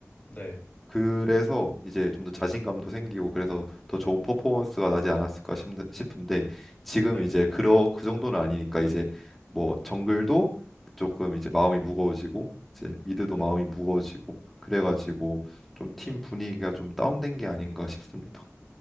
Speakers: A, on the left (about 30°); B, in the centre.
A: 네,
B: 그래서 이제 좀 더 자신감도 생기고 그래서 더 좋은 퍼포먼스가 나지 않았을까 싶- 싶은데 지금
A: 네,
B: 이제 그러 그 정도는 아니니까 이제 뭐 정글도 조금 이제 마음이 무거워지고 이제 미드도
A: 네,
B: 마음이 무거워지고 그래가지고 좀 팀
A: 네.
B: 분위기가 좀 다운된 게 아닌가 싶습니다.